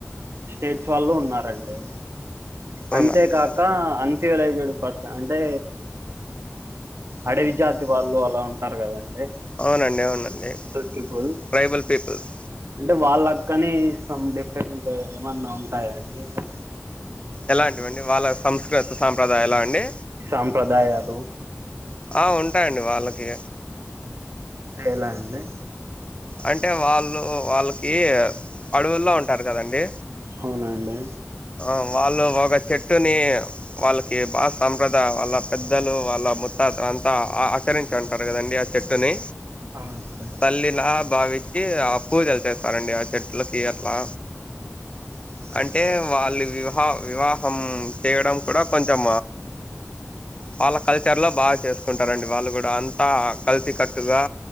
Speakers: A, on the right; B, on the left.
A: స్టేట్స్ వాళ్ళు ఉన్నారండి
B: అవునండి
A: అంతేకాక అం సివిలైజ్డ్ పర్సన్ అంటే అడ విద్యార్థి వాళ్ళు అలా ఉంటారు కదండి
B: అవునండి అవునండి
A: పీపుల్
B: ట్రైబల్ పీపుల్స్
A: అంటే వాళ్ళ కాని సం డిఫరెంట్ ఏమన్నా ఉంటాయాండి ఇ
B: ఎలాంటివండి వాళ్ళ సంస్కృతి సాంప్రదాయలా అండి
A: సాంప్రదాయాలు
B: ఆ ఉంటాయండి వాళ్లకి
A: ఏలా అండి
B: అంటే వాళ్ళు వాళ్ళకి ఈ అడవుల్లో ఉంటారు కదండి
A: అవునా అండి
B: ఆ వాళ్ళు ఒక చెట్టుని వాళ్ళకి బాగ సాంప్రదాయ వాళ్ళ పెద్దలు వాళ్ళ మత్తాతలు అంతా ఆచరించి ఉంటారు కదండి ఆ చెట్టుని
A: అవునండి
B: తల్లి లా బావిచ్చి ఆ పూజలు చేస్తారండి ఆ చెట్లకి అట్లా
A: అవున అండి
B: అంటే వాళ్ళు వివాహ వివాహం చేయడం కూడా కొంచెం వాళ్ళ కల్చర్ లో బాగా చేసుకుంటారండి వాళ్ళు కూడా అ అంతా కలిసి కట్టుగా